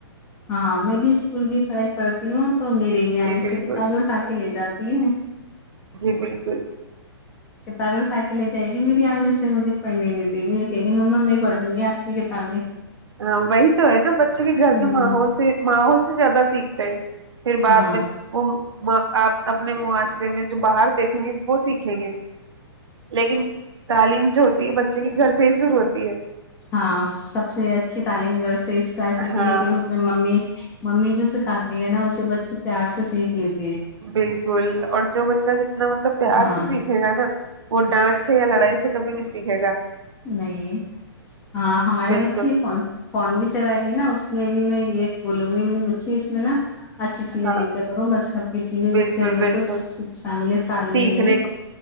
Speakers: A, on the left (about 15°); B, on the right (about 80°).
A: ہاں میں بھی اسکول کی پڑھائی کرتی ہوں تو میری بھی
B: جی
A: آنگ
B: بالکل
A: سے کتابیں اٹھا کے لے جاتی تین <unintelligible>
B: جی بالکل
A: کتابیں اٹھا کے لے جائے گی میری آنکھ سے مجھے پڑھنی نہیں دے گی کہ گی ما میں پڑھوں گی آپ کی کتابیں
B: ہاں وہی تو ہے نا بچے کے گھر
A: ہوں
B: کے ماحول سے ماحول سب سے زیادہ سیکھتے ہیں <unintelligible> پھر بعد
A: ہاں
B: میں وہ آپ اپنے معاشرے میں جو باہر دیکھیں گے وہ سیکھیں گے لیکن تعلیم جو ہوتی ہے بچے کے گھر سے ہی ضر ہوتی ہے
A: ہاں سب سے اچھی تعلیم گ اسٹارٹ ہوتی
B: ہاں
A: ہے کہ اس میں ممی ممی جو سکھاتی ہے نا اسے بچے پیار سے سیکھ لیتی
B: بالکل اور جو بچہ جتنا مطلب پیار
A: ہاں
B: سے سیکھے گا نا وہ ڈانٹ سے یا لڑائی سے کبھی نہیں سیکھے گا
A: نہیں ہاں ہماری
B: بالکل
A: بچی فون فون بھی چلائے گی نا اس میں بھی میں یہ بولوں گی میں نے مچھی اس میں نا اچھی چیزیں
B: ہاں
A: دے کے کرو مذہب کی چیزیں
B: بالکل
A: جس سے ہمیں
B: بالکل
A: کچھ شکچھا ملیے تعلیم
B: سیکھنے
A: ملی